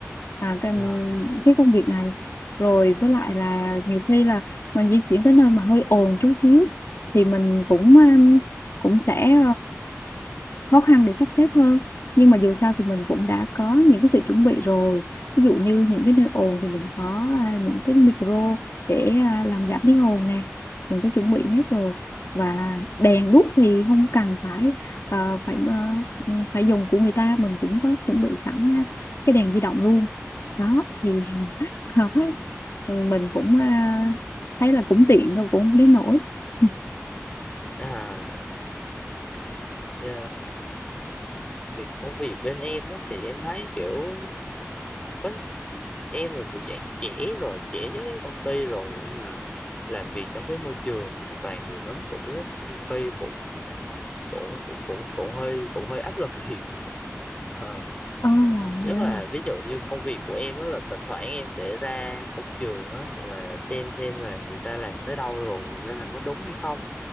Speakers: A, on the left (about 60°); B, on the left (about 20°).
A: à, cái,
B: à,
A: cái công việc này rồi với lại là nhiều khi là mình di chuyển tới nơi mà hơi ồn chút xíu thì mình cũng ờ, cũng sẽ khó khăn để sắp xếp hơn nhưng mà dù sao thì mình cũng đã có những cái sự chuẩn bị rồi ví dụ như những cái nơi ồn thì mình có à, những cái micro để à, làm giảm tiếng ồn nè mình có chuẩn bị hết rồi và đèn đuốc thì không cần phải à, phải à, phải dùng của người ta mình cũng có chuẩn bị sẵn à, cái đèn di động luôn đó thì <laughs> mình cũng à, thấy là cũng tiện rồi cũng không đến nổi <laughs>
B: à, dạ. Ờ, thì công việc bên em đó thì em thấy kiểu có em là thuộc dạng trẻ rồi trẻ nhất cái công ty rồi nên là làm việc trong cái môi trường mà toàn người lớn tuổi á nhiều khi cũng cũng cũng cũng cũng hơi cũng hơi áp lực thiệt <laughs> Ờ.
A: Ồ, oh,
B: nhất
A: yeah.
B: là ví dụ như công việc của em á là thỉnh thoảng em sẽ ra công trường á là xem xem là người ta làm tới đâu rồi nên làm có đúng hay không